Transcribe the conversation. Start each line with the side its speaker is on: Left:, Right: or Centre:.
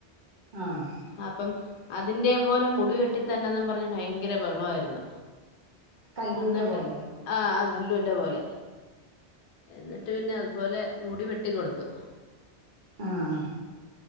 Right: ആഹ്
Left: അപ്പം അതിന്റെ പോലെ മുടിവെട്ടി തന്നെന്നും പറഞ്ഞഞ് ഭയങ്കര ബഹളമായിരുന്നു
Right: കല്ലൂന്റെ
Left: എന്നിട്ട്
Right: പോലെ
Left: ആഹ് ൻ്റെ പോലെ എന്നിട്ട് പിന്നെ അതുപോലെ മുടി വെട്ടിക്കൊടുത്തു
Right: ആഹ്